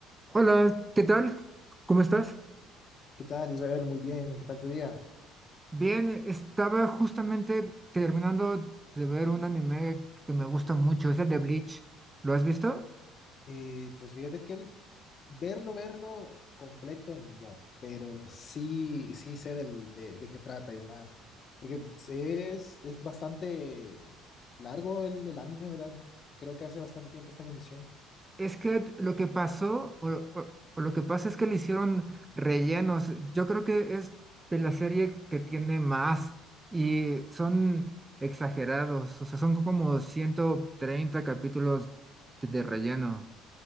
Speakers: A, on the right (about 20°); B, on the left (about 45°).
A: Hola, ¿qué tal? ¿Cómo estás?
B: ¿Qué tal, Israel? Muy bien, ¿qué tal tu día?
A: Bien, estaba justamente terminando de ver un anime que me gusta mucho, es el de Bleach. ¿Lo has visto?
B: Eh, pues fíjate que el verlo, verlo completo, no, pero sí, sí sé del, de, de qué trata y demás, porque es, es bastante largo el, el anime, ¿verdad? Creo que hace bastante tiempo está en emisión.
A: Es que lo que pasó, o, o- o lo que pasa es que le hicieron rellenos. Yo creo que es de la serie que tiene más y son exagerados, o sea, son como 130 capítulos de de relleno.